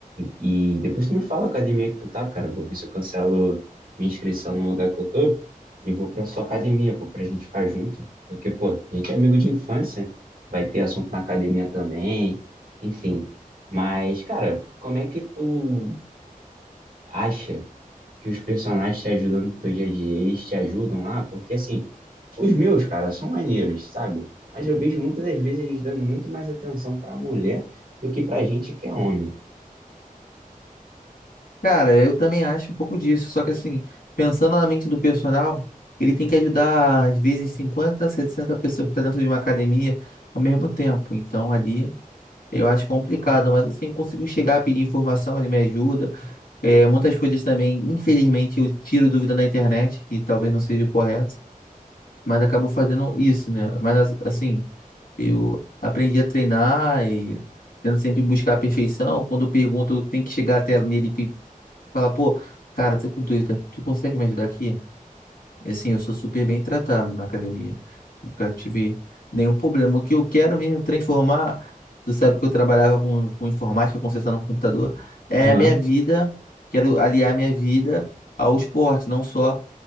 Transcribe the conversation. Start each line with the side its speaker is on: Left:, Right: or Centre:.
Right: e depois tu me fala a academia que tu tá, cara, eu vou ver se eu cancelo minha inscrição no lugar que eu tô, e vou pra sua academia, pô, pra gente ficar junto, porque, pô, a gente é amigo de infância, vai ter assunto na academia também, enfim. Mas, cara, como é que tu acha que os personagens te ajudam no teu dia a dia? Eles te ajudam lá? Porque, assim, os meus, cara, são maneiros, sabe? Mas eu vejo muitas das vezes eles dando muito mais atenção pra mulher do que pra gente que é homem.
Left: Cara, eu também acho um pouco disso, só que assim, pensando na mente do personal, ele tem que ajudar às vezes 50 60 pessoas que estão dentro de uma academia ao mesmo tempo. Então ali eu acho complicado, mas assim, eu consigo chegar a pedir informação, ele me ajuda. É, muitas coisas também, infelizmente, eu tiro dúvida na internet, que talvez não seja o correto, mas acabo fazendo isso, né? Mas as- assim, eu aprendi a treinar e tento sempre buscar a perfeição. Quando eu pergunto, eu tenho que chegar até nele Fala, pô, cara, tô com dúvida, tu consegue me ajudar aqui? E, Assim, eu sou super bem tratado na academia. Nunca tive nenhum problema. O que eu quero mesmo é transformar, tu sabe que eu trabalhava com, com informática, consertando computador, é
Right: Aham.
Left: a minha vida, quero aliar minha vida ao esporte, não só